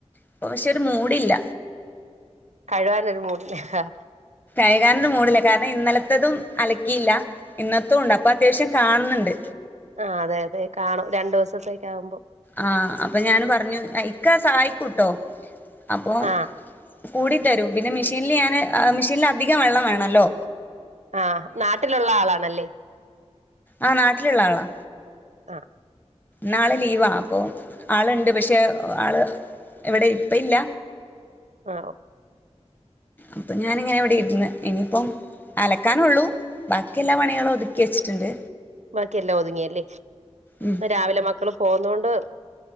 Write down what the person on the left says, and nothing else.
ഇപ്പൊ പക്ഷെ ഒരു മൂടില്ല
കഴുകാനൊന്നും മൂടില്ല. കാരണം ഇന്നലത്തതും അലക്കിയില്ല. ഇന്നത്തും ഉണ്ട് അപ്പൊ അത്യാവിശ്യം കാണുന്നുണ്ട്
ആഹ് അപ്പൊ ഞാൻ പറഞ്ഞു ഇക്ക സഹായിക്കൂട്ടോ അപ്പൊ
കൂടിത്തരും. പിന്നെ മിഷീനില് ഞാന് മിഷീനില് അധികം വെള്ളം വേണല്ലോ
ആ നാട്ടിലുള്ള ആളാ
നാളെ ലീവാ അപ്പൊ ആളുണ്ട് പക്ഷെ, ആള് ഇവിടെ ഇപ്പ ഇല്ല
അപ്പൊ ഞാനിങ്ങനെ ഇവിടെ ഇര്ന്ന്. ഇനിയിപ്പം അലക്കാനൊള്ളു ബാക്കി എല്ലാ പണികളും ഒതുക്കി വെച്ചിട്ട്ണ്ട്.
ഉം